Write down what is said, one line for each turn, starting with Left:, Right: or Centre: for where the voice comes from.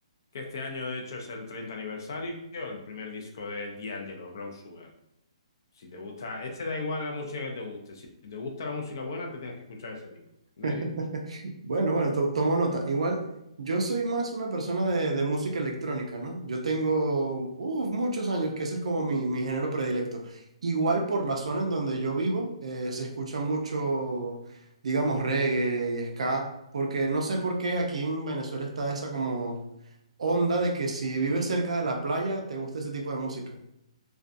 Left: que este año de hecho es el 30 aniversario, el primer disco de D'Angelo, Brown Sugar. Si te gusta, ese da igual la música que te guste, si te gusta la música buena, te tienes que escuchar ese disco, no
Right: <laughs>
Left: hay discusión.
Right: Bueno, bueno, to- tomo nota. Igual, yo soy más una persona de, de música electrónica, ¿no? Yo tengo uf, muchos años que ese es como mi, mi género predilecto. Igual por la zona en donde yo vivo, eh, se escucha mucho, digamos, reggae y ska, porque no sé por qué aquí en Venezuela está esa como onda de que si vives cerca de la playa, te gusta ese tipo de música.